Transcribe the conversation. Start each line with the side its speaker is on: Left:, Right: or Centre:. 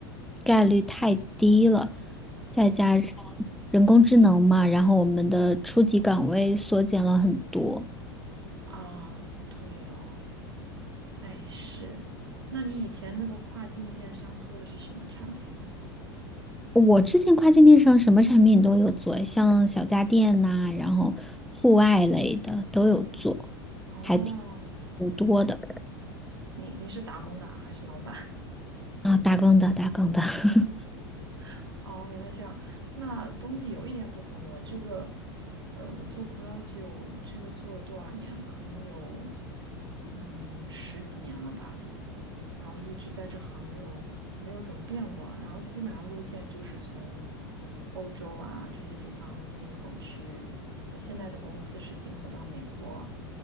Centre: 概率太低了，再加上
Right: 嗯
Centre: 人工智能嘛，然后我们的初级岗位缩减了很多。
Right: 啊，对哦，哎是，那你以前那个跨境电商做的是什么产品啊？
Centre: 我之前跨境电商什么产品都有做，像小家电呐、然后户外类的都有做，
Right: 哦，
Centre: 还挺挺多的
Right: 你你是打工的啊还是老板？
Centre: 啊，打工的，打工的。<laughs>
Right: <laughs> 哦，原来这样，那东西有一点不同。我这个，呃，我做葡萄酒这个做了多少年？可能有，嗯，十几年了吧。然后一直在这行没有没有怎么变过，然后基本上路线就是从欧洲啊这些地方进口去。我现在的公司是进口到美国，